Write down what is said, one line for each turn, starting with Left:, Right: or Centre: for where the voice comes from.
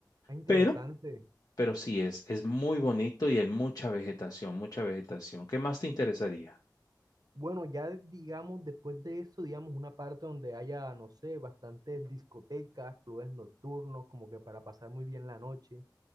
Right: Es interesante.
Left: pero, pero sí es, es muy bonito y hay mucha vegetación, mucha vegetación. ¿Qué más te interesaría?
Right: Bueno, ya digamos, después de eso, digamos, una parte donde haya, no sé, bastantes discotecas, clubes nocturnos, como que para pasar muy bien la noche.